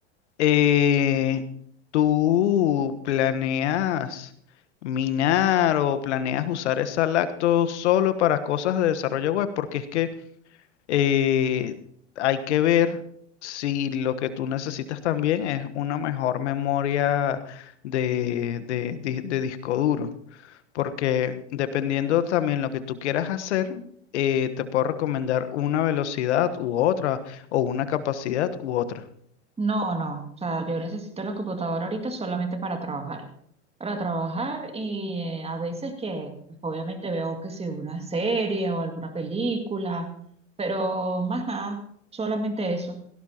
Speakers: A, on the left; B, on the right.
A: Eh, ¿tú planeas minar o planeas usar esa lacto solo para cosas de desarrollo web? Porque es que eh, hay que ver si lo que tú necesitas también es una mejor memoria de, de di- de disco duro porque dependiendo también lo que tú quieras hacer, eh, te puedo recomendar una velocidad u otra, o una capacidad u otra.
B: No, no, o sea, yo necesito la computadora ahorita solamente para trabajar. Para trabajar y eh, a veces que pues, obviamente veo que si una serie o alguna película, pero más nada, solamente eso.